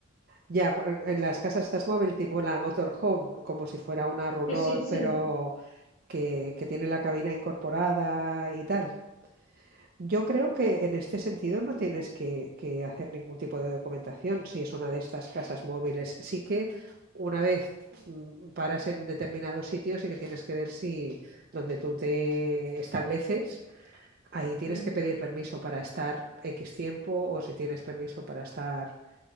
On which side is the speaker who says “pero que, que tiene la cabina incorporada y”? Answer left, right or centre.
Right